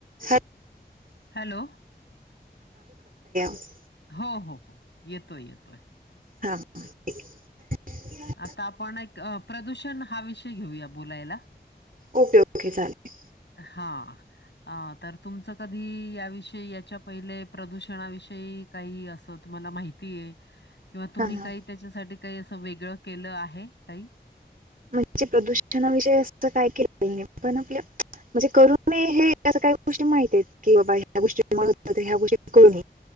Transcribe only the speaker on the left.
हॅलो.
हो हो हो, येतोय येतोय.
आता आपण एक प्रदूषण हा विषय घेऊया बोलायला.
हा. अ तर तुमचं कधी याविषयी याच्या पहिले प्रदूषणाविषयी काही असं तुम्हाला माहितीय. किंवा तुम्ही
काही त्याच्यासाठी काही असं वेगळं केलं आहे काही.